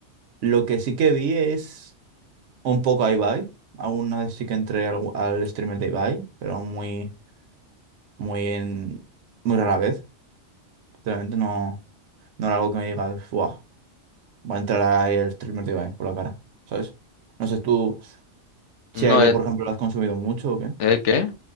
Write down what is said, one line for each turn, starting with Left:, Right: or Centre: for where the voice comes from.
Right: lo que sí que vi es un poco a Ibai. Alguna vez sí que entré al, al streamer de Ibai, pero muy, muy en, muy rara vez. Realmente no. No era algo que me diga wow Va a entrar ahí el streamer de Ibai por la cara, ¿sabes? No sé tú
Left: No,
Right: si a Ibai,
Left: ¿el,
Right: por ejemplo, lo has consumido mucho o qué.
Left: el qué?